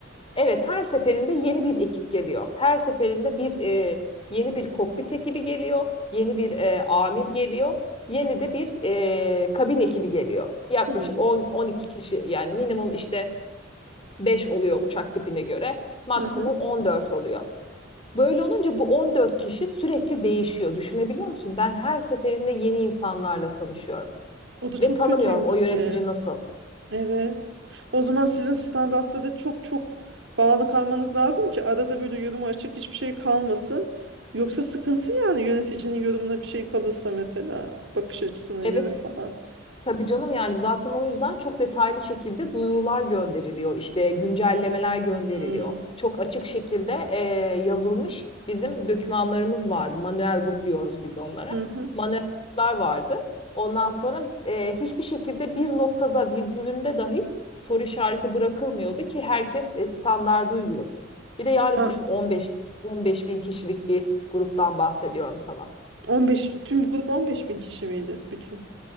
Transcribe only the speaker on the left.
Evet, her seferinde yeni bir ekip geliyor. Her seferinde bir e, yeni bir kokpit ekibi geliyor, yeni bir e, amir geliyor, yeni de bir e, kabin ekibi geliyor. Yaklaşık
10-12 kişi yani minimum işte 5 oluyor uçak tipine göre, maksimum
14 oluyor. Böyle olunca bu 14 kişi sürekli değişiyor. Düşünebiliyor musun? Ben her seferinde yeni insanlarla tanışıyorum.
Ve
tanımıyorum
o yönetici
nasıl.
Evet
Tabii canım yani zaten o yüzden çok detaylı şekilde duyurular gönderiliyor. işte güncellemeler gönderiliyor.
Çok açık şekilde e, yazılmış bizim dokümanlarımız vardı. Manuel book diyoruz biz onlara.
Manuel book'lar vardı. Ondan sonra e, hiçbir şekilde bir noktada virgülünde dahi soru işareti bırakılmıyordu ki herkes e, standardı uygulasın. Bir de yani
düşün 15 15 bin kişilik bir gruptan bahsediyorum sana.